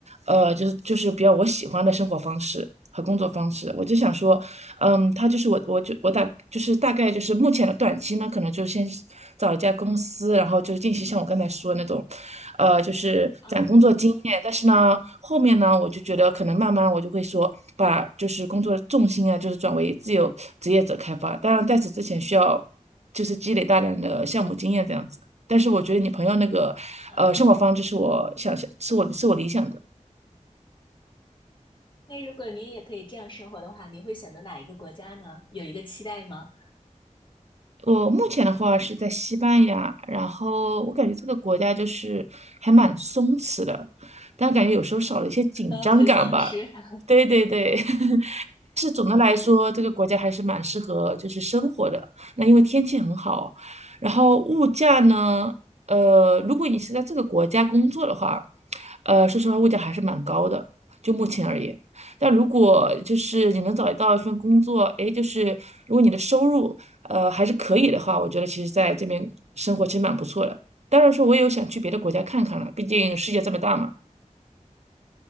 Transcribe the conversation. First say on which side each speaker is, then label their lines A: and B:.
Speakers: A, on the right; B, on the left.
A: 呃，就是就是比较我喜欢的生活方式和工作方式。我就想说，嗯，他就是我我就我大就是大概就是目前的短期呢，可能就是先找一家公司，然后就是进行像我刚才说的那种，呃，就是攒工作经验。
B: 嗯
A: 但是呢，后面呢，我就觉得可能慢慢我就会说，把就是工作的重心啊，就是转为自由职业者开发。当然，在此之前需要就是积累大量的项目经验这样子。但是我觉得你朋友那个，
B: 嗯，
A: 呃，生活方式是我想象，是我是我理想的。
B: 那如果您也可以这样生活的话，您会选择哪一个国家呢？有一个期待吗？
A: 我目前的话是在西班牙，然后我感觉这个国家就是还蛮松弛的，但感觉有时候少了一些紧张感吧。
B: <laughs> 呃，很松弛。<laughs>
A: 对对对，<laughs> 是总的来说，这个国家还是蛮适合就是生活的。那因为天气很好，然后物价呢，呃，如果你是在这个国家工作的话，呃，说实话，物价还是蛮高的，就目前而言。但如果就是你能找到一份工作，诶，就是如果你的收入呃还是可以的话，我觉得其实在这边生活其实蛮不错的。当然说，我也有想去别的国家看看了，毕竟世界这么大嘛。